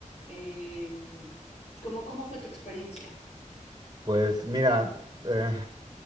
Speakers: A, on the left; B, on the right.
A: Eh, ¿cómo, ¿Cómo fue tu experiencia?
B: Pues mira, eh,